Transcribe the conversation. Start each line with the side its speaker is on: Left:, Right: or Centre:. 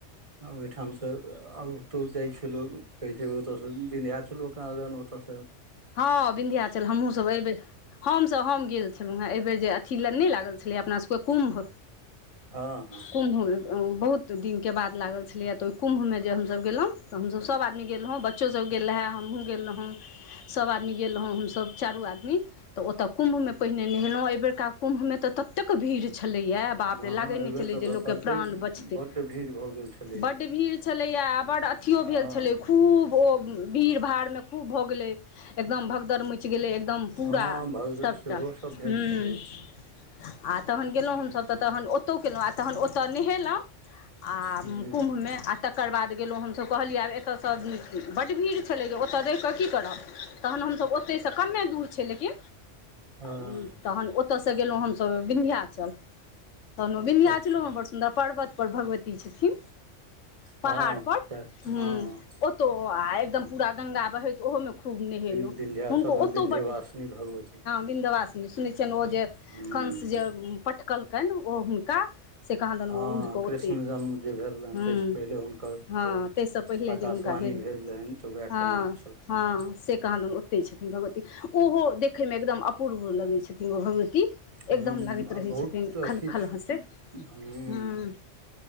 Right: ओहिठामसँ आब एत्तौ जाइ छी लोग कहै छै ओतऽ सँ बिन्ध्याचलो कहादन ओतऽ सँ
Left: हँ बिन्ध्याचल हमहूँ सभ एहि बेर हमसभ हम गेल छलहुँ हेँ एहि बेेर जे अथी नहि लागल छल अपना सबके कुम्भ
Right: हँ हँ
Left: कुम्भ बहुत दिनके बाद लागल छलैया तऽ ओइ कुम्भ मे जे हमसब गेलौ तऽ हमसब आदमी गेल रहौं बच्चो सब गेल रह‌ए हमहूँ गेल रहौं सभ आदमी गेल रहौं हमसभ चारू आदमी तऽ ओतय कुम्भ मे पहिने नहेलहुँ एहिबेर कत्का कुम्भमे तऽ ततेक भीड़ छलैए बाप
Right: हँ
Left: रे लागै
Right: एहिबेर
Left: नहि छलै
Right: तऽ
Left: जे लोककेँ
Right: बड्डे
Left: प्राण बचतै
Right: बड्ड भीड़ भऽ गेल छलैया
Left: बड्ड भीड़ छलैया बड्ड अथियो
Right: हँ
Left: भेल छलै खूब ओ भीड़ भाड़मे खूब भऽ गेल एकदम भगदर मैच गेलै एकदम पुरा
Right: हँ भग
Left: सबटा
Right: सेहो
Left: आ
Right: सब भेल छलै
Left: तहन गेलहुँ
Right: हूँ
Left: हमसभ तऽ तहन ओतहु केलहुँ आ तहन ओतय नहेलहुँ आ
Right: हूँ
Left: कुम्भमे आ तकर बाद गेलहुँ हमसब कहलियै आब एतऽसँ बड्ड भीड़ छलै जे ओतऽ रहि कऽ की करब तहन हमसब ओत तै सँ कमे दूर छै लेकिन
Right: हँ
Left: उं तहन ओतयसँ गेलहुँ हमसभ विन्ध्याचल तहन विन्धयाचलोमे
Right: अच्छा
Left: बड़ सुन्दर पर्वत पर भगवती छथिन पहाड़
Right: हँ
Left: पर
Right: तऽ
Left: हूँ
Right: हँ
Left: ओतौ आ एकदम पूरा गंगा बहैत ओहोमे खूब नहेलौं
Right: विन्ध्याचल
Left: हुनको
Right: मे
Left: ओतौ
Right: विन्ध्यवासिनी
Left: बड्ड
Right: भगवती
Left: बिन्दवासनी ओ जे
Right: हूँ
Left: कंस जे पटकलकनि ओ हुनका से कहादन
Right: हँ
Left: उड़ि के ओत्तै
Right: कृष्ण जन्म जे भेल रहनि
Left: हूँ
Right: ताहिसँ पहिले हुनकर
Left: हँ
Right: भेल
Left: ताहिसँ पहिले
Right: आकाशवाणी
Left: जे हुनका भेल
Right: रहनि तऽ उएह
Left: हँ
Right: केने छलखिन
Left: हँ कहा दून ओते छथिन भगवती ओहो देखै मे एकदम अपूर्व लगै छथिन भगवती
Right: हेँ
Left: एकदम
Right: हूँ
Left: लगैत
Right: आ
Left: रहै
Right: बहुत
Left: छथिन खलखल
Right: अथी
Left: हँसै ह्म
Right: हूँ